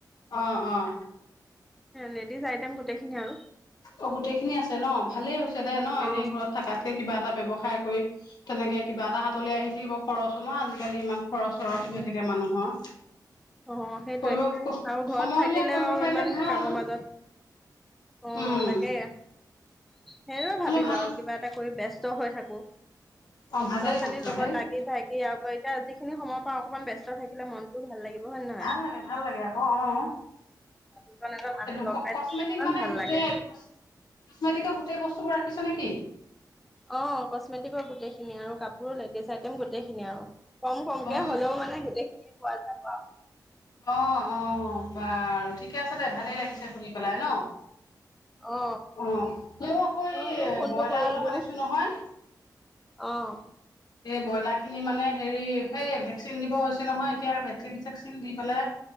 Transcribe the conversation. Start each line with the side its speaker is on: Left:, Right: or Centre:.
Left: অ', অ'।
Centre: লেডিজ আইটেম গোটেইখিনি আৰু।
Left: অ' গোটেই খিনি আছে ন' ভালেই হৈছে দে ন'
Centre: অ',
Left: এনেই ঘৰত থাকাতকে কিবা এটা ব্যৱসায় কৰি তেনেকে কিবা এটা হাতলে আহি থাকিব, খৰচো ন' আজিকালি ইমান খৰচ চৰচ
Centre: অ'।
Left: হৈ থাকে মানুহৰ।
Centre: অ সেইটোৱে
Left: কৰিব,
Centre: আৰু ঘৰত
Left: সময়
Centre: থাকিলে
Left: উলিয়াই কৰিব
Centre: আৰু
Left: পাৰিলে
Centre: ইমান
Left: ভাল।
Centre: কামৰ মাজত অ'
Left: উম
Centre: তাকে। সেয়ে ভাবিলোঁ
Left: হ'লে ভাল
Centre: আৰু কিবা এটা কৰি ব্যস্ত হৈ থাকোঁ। লৰা
Left: অ ভালেই
Centre: ছোৱালীৰ
Left: কৰিছ
Centre: লগত
Left: হেই
Centre: লাগি লাগি ভাগি আকৌ এতিয়া যিখিনি সময় পাওঁ অকনমান ব্যস্ত থাকিলে মন ভাল লাগিব হয় ন
Left: ভাল লাগে, ভাল লাগে আকৌ অ'।
Centre: দুজন এজন মানুহ
Left: এইটো
Centre: লগ
Left: লোক
Centre: পাই
Left: কচমেটিক
Centre: থাকিলে কিমান
Left: মানে
Centre: ভাল
Left: গোটেই
Centre: লাগে
Left: কচমেটিকৰ গোটেই বস্তুবোৰ ৰাখিছ নেকি?
Centre: অ' কচমেটিকৰ গোটেইখিনি আৰু কাপোৰ লেডিজ আইটেম গোটেইখিনি আৰু। কম কমকে
Left: অ
Centre: হ'লেও মানে গোটেইখিনি পোৱা যাব আৰু।
Left: অ', অ' বাৰু ঠিকে আছে দে, ভালেই লাগিছে শুনি পেলাই ন'।
Centre: অ
Left: অ' মই আকৌ
Centre: মই
Left: এই
Centre: বোলো ফোনটো
Left: ব্ৰইলাৰ
Centre: কৰি
Left: অলপ
Centre: দিওঁ
Left: আনিছোঁ নহয়।
Centre: অ'।
Left: এই ব্ৰইলাৰখিনি মানে হেৰি সেই ভেকচিন দিব হৈছে নহয়, এতিয়া ভেকচিন চেকচিন দি পেলাই